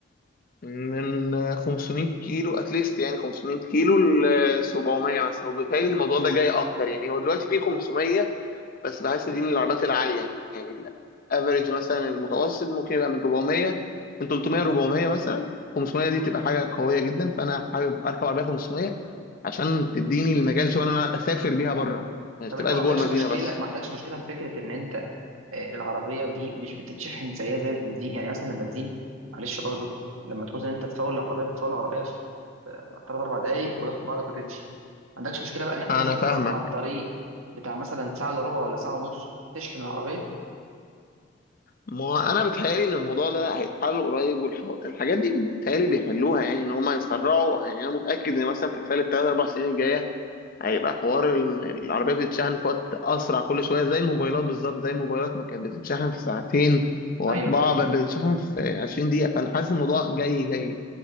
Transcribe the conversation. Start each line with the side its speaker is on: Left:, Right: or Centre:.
Left: من 500 كيلو اتليست يعني 500 كيلو ل 700 مثلا وبالتالي الموضوع ده جاي اكتر يعني هو دلوقتي في 500 بس بحس دي من العربيات العالية يعني الافريج مثلا المتوسط ممكن يبقى من 400 من 300 400 مثلا 500 دي
Right: مم.
Left: تبقى حاجة قوية جدا فأنا حابب أركب عربية 500 عشان تديني المجال شوية إن أنا أسافر بيها بره ما
Right: طب
Left: تبقاش
Right: انت ما
Left: جوه
Right: عندكش
Left: المدينة
Right: مشكله
Left: بس
Right: ما عندكش مشكله في فكره ان انت آه، العربيه دي مش بتتشحن زيها زي البنزين يعني مثلا البنزين معلش برضه لما تعوز ان انت تفول العربيه بتفول العربيه ثلاث اربع دقايق وتاخد بعضك وتمشي ما عندكش مشكله بقى ان انت
Left: أنا
Right: مثلا
Left: فاهمك
Right: تقف على الطريق بتاع مثلا ساعه الا ربع ولا ساعه ونص تشحن العربيه
Left: ما أنا بتهيألي إن الموضوع ده هيتحل قريب والحاجات دي بتهيألي بيحلوها يعني إن هما يسرعوا يعني أنا متأكد إن مثلا في خلال التلات أربع سنين الجاية هيبقى حوار ال- العربية بتتشحن في وقت أسرع كل شوية زي الموبايلات بالظبط زي الموبايلات ما كانت بتتشحن في ساعتين وأربعة
Right: ايوه فاهم
Left: بقت بتتشحن
Right: مم.
Left: في 20 دقيقة فأنا حاسس الموضوع جاي جاي